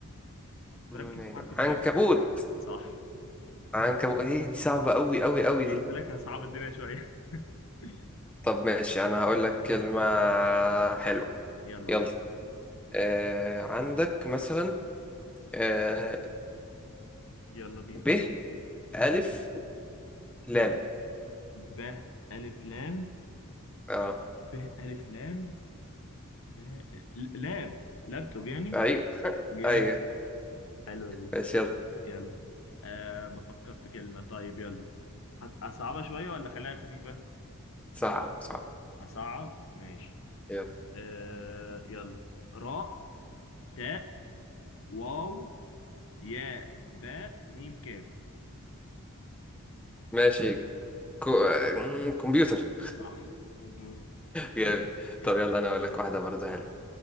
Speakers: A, on the left; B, in the centre.
A: ركز
B: نون عين
A: في حرف الكاف
B: عنكبوت
A: صح
B: عنكبوت ايه دي صعبة قوي قوي قوي
A: ما
B: دي
A: قلت لك هصعب الدنيا شوية <laughs>
B: طب ماشي
A: يلا
B: انا هقول لك كلمة حلوة
A: يلا
B: يلا
A: قول
B: آه... عندك مثلا آه...
A: يلا بينا
B: ب ألف لام
A: ب ألف لام
B: اه
A: ب ألف لام ب لاب لابتوب يعني
B: ايوه
A: جامد
B: ايوه
A: حلوة دي
B: ماشي يلا
A: يلا أه بفكر في كلمة طيب يلا هت- أصعبها شوية ولا خليها خفيفة؟
B: صعب صعب
A: أصعب ماشي
B: يلا
A: أه يلا راء تاء واو ياء باء ميم كاف
B: ماشي كو... آه، كمبيوتر
A: صح مظبوط
B: جامد
A: <laughs> يلا
B: طب يلا انا اقول لك واحده برضه حلوه